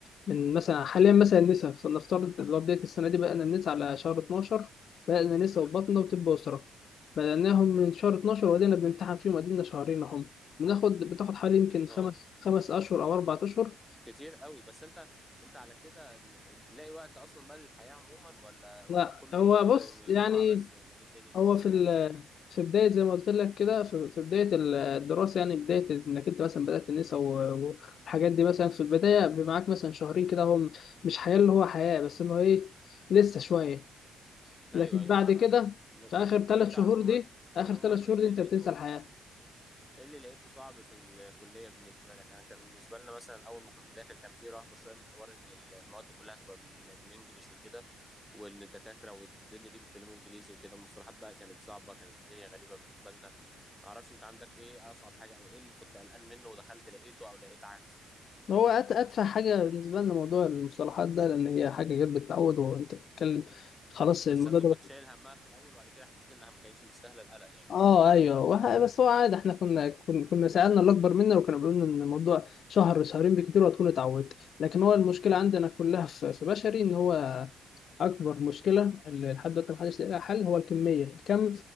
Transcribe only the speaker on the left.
من مثلا حاليا مثلا النسا فلنفترض اللي هو بدايه السنه دي بدأنا النسا على شهر 12 بدأنا نسا وبطنه وطب اسره بدأناهم من شهر 12 وبدأنا بنمتحن فيهم وادينا شهرين اهم بناخد بتاخد حوالي يمكن خمس
خمس اشهر او اربع اشهر
لا
هو
بص يعني
هو في
ال
في بداية زي ما قلت لك كده في في بداية الدراسة يعني بداية إنك أنت مثلا بدأت النسا و- والحاجات دي مثلا في البداية بيبقى معاك مثلا شهرين كده هو مش حياة اللي هو حياة بس اللي هو إيه لسه شوية
لكن
بعد
كده
في آخر ثلاث
شهور
دي
آخر ثلاث شهور
دي أنت
بتنسى الحياة
هو أت- أتفه حاجة بالنسبة لنا موضوع المصطلحات ده لأن هي حاجة جت بالتعود وأنت بتتكلم خلاص
الموضوع
ده
اه ايوه وح- بس هو عادي احنا كنا كنا كنا سالنا اللي اكبر منا وكانوا بيقولوا لنا ان الموضوع شهر شهرين بكتير وهتكون اتعودت لكن هو المشكله عندنا كلها في في بشري ان هو اكبر مشكله اللي لحد دلوقتي محدش لاقي لها حل هو الكميه الكم